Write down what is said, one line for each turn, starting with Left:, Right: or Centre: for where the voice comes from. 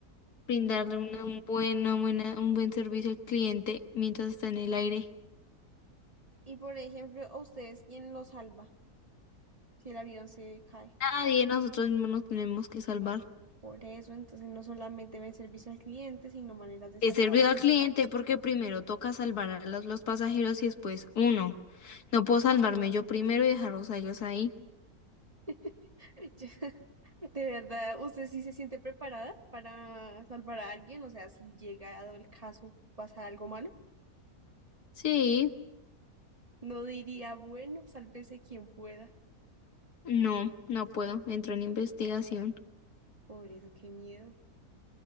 Left: brindarle
Right: Mm.
Left: una un buena, buena, un buen servicio al cliente mientras está en el aire.
Right: Y por ejemplo, ¿a ustedes quién los salva si el avión se cae?
Left: Nadie de nosotros mismos nos tenemos que salvar.
Right: Por eso, entonces no solamente ven servicio al cliente, sino maneras de
Left: Es
Right: salvarse.
Left: servicio al cliente porque primero toca salvar a los, los pasajeros y después uno. No puedo salvarme yo primero y dejarlos a ellos ahí.
Right: <laughs> Yo- De verdad, ¿usted sí se siente preparada para salvar a alguien? O sea, si llega a el caso, pasa algo malo.
Left: Sí,
Right: No diría, bueno, sálvese quien pueda.
Left: no, no puedo. Entro en investigación.
Right: Por eso, qué miedo.